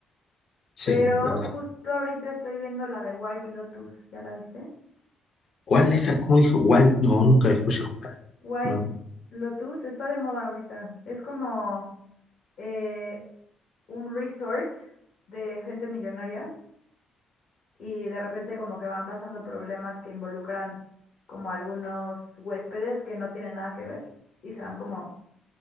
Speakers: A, on the left; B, on the left.
A: Sí,
B: Pero
A: bueno, verdad.
B: justo ahorita estoy viendo la de White Lotus. ¿Ya la viste?
A: ¿Cuál esa? ¿Cómo dijo? ¿Cuál? No, nunca he escuchado ¿Cuál?
B: White
A: No,
B: Lotus está de moda ahorita. Es como... eh, un resort de gente millonaria y de repente como que van pasando problemas que involucran como algunos huéspedes que no tienen nada que ver y se van como,